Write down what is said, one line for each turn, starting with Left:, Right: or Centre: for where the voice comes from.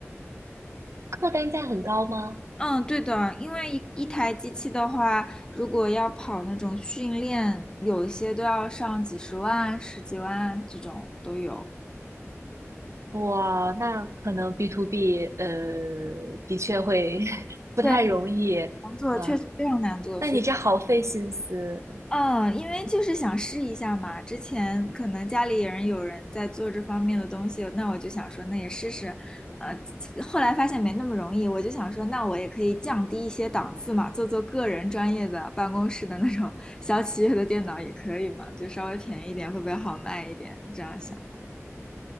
Right: 客单价很高吗？
Left: 嗯，对的，因为一一台机器的话，如果要跑那种训练，有一些都要上几十万、十几万这种都有。
Right: 哇，那可能 B to B 呃，的确会 <laughs> 不太容易
Left: 对，很难做，
Right: 哇。
Left: 确实非常难做，
Right: 那你这好费心思。
Left: 所以。嗯，因为就是想试一下嘛，之前可能家里人有人在做这方面的东西，那我就想说，那也试试。呃，后来发现没那么容易，我就想说，那我也可以降低一些档次嘛，做做个人专业的办公室的那种小企业的电脑也可以嘛，就稍微便宜一点，会不会好卖一点？这样想。